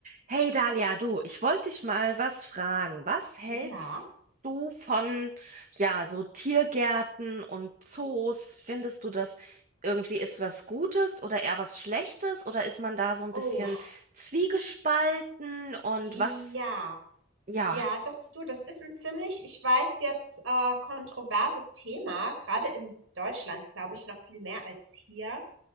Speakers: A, on the right; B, on the right.
A: Hey Dalia, du, ich wollte dich mal was fragen. Was hältst
B: Ja.
A: du von, ja, so Tiergärten und Zoos? Findest du das irgendwie ist was Gutes oder eher was Schlechtes? Oder ist man da so ein
B: Oh,
A: bisschen zwiegespalten? Und
B: ja.
A: was, ja,
B: Ja, das, du, das ist ein ziemlich, ich weiß jetzt, äh, kontroverses Thema, gerade in Deutschland, glaube ich, noch viel mehr als hier